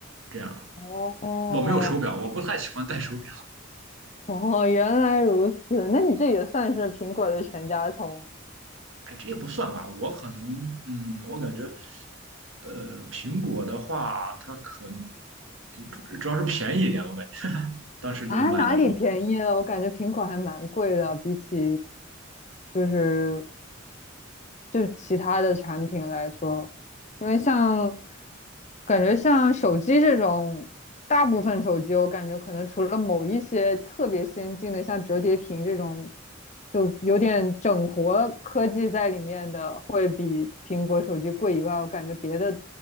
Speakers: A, on the right; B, on the left.
A: 这样。
B: 哦
A: 我没有手表，我不太喜欢戴手表。
B: 哦，原来如此，那你这也算是苹果的全家桶
A: 哎，这也不算吧，我可能，嗯，我感觉，呃，苹果的话，它可主主要是便宜一点，我感觉当时就买的时候，
B: 啊？哪里便宜了？我感觉苹果还蛮贵的，比起就是就是其他的产品来说，因为像感觉像手机这种，大部分手机我感觉可能除了某一些特别先进的，像折叠屏这种，就有点整活科技在里面的，会比苹果手机贵以外，我感觉别的